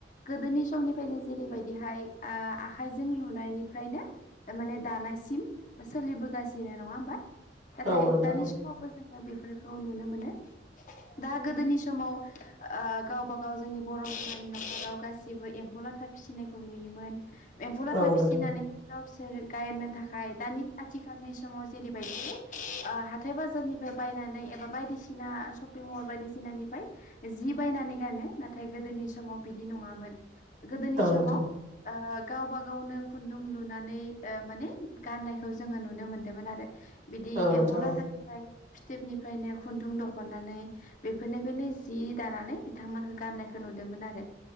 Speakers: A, on the left; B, on the right.
A: गोदोनि समनिफ्रायनो जेरैबायदिहाय आखाइजों लुनायनिफ्रायनो- माने दानायसिम सोलिबोगासिनो नङा होमबा नाथाय
B: औ नोंथां
A: दानि
B: औ
A: समाव- बो जोंङो बेफोरखौ नुनो मोनो- दा गोदोनि समाव गावबा गाव जोंनि बर' बिमानि न'खराव गासिबो एम्फौ लाथा फिसिनायखौ नुयोमोन एम्फौ लाथा
B: औ
A: फिसिनानै
B: नोंथां
A: गावसोर गायनो थाखाय दानि आथिखालनि समाव जेरैबायदि हाथाइ बाजारनिफ्राय बायनानै एबा बायदिसिना शपिं मल बायदिसिनानिफ्राय- जि बायनानै गानो नाथाय गोदोनि समाव बिदि नङामोन- गोदोनि
B: औ
A: समाव
B: नोंथां
A: गावबा गावनो खुन्दुं लुनानै गानायखौ जोंङो नुनो मोनदोंमोन आरो बिदि
B: औ नोंथां
A: एम्फौ लाथा- ओमफ्राय फिथोबनिफ्रायनो खुन्दुं दिहुननानै - बेफोरनिफ्रायनो जि दानानै बिथांमोनखौ गाननायखौ नुदोंमोन आरो-